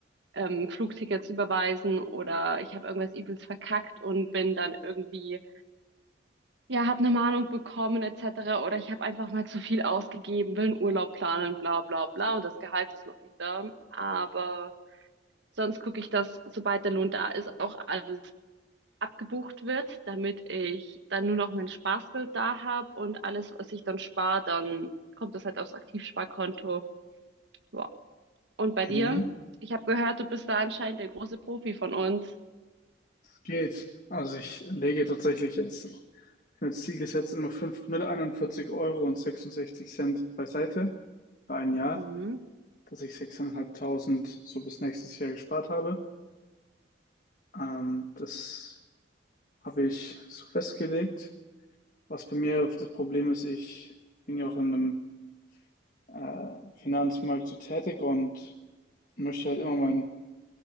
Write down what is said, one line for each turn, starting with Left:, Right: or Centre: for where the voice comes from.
Right: ähm, Flugtickets überweisen oder ich habe irgendwas übelst verkackt und bin dann irgendwie ja, habe eine Mahnung bekommen etc. Oder ich habe einfach mal zu viel ausgegeben, will einen Urlaub planen, bla bla bla und das Gehalt ist noch nicht da. Aber sonst gucke ich, dass sobald der Lohn da ist, auch alles abgebucht wird, damit ich dann nur noch mein Spaßgeld da habe und alles, was ich dann spare, dann kommt das halt aufs Aktivsparkonto. Ja. Und bei
Left: Mhm.
Right: dir? Ich habe gehört, du bist da anscheinend der große Profi von uns.
Left: Geht. Also ich lege tatsächlich jetzt Ich habe als Ziel gesetzt immer 541 Euro und 66 Cent beiseite für ein Jahr,
Right: Mhm.
Left: dass ich 6.500 so bis nächstes Jahr gespart habe. Ähm, das habe ich so festgelegt. Was bei mir oft das Problem ist, ich bin ja auch in einem äh, Finanzmarkt so tätig und möchte halt immer mein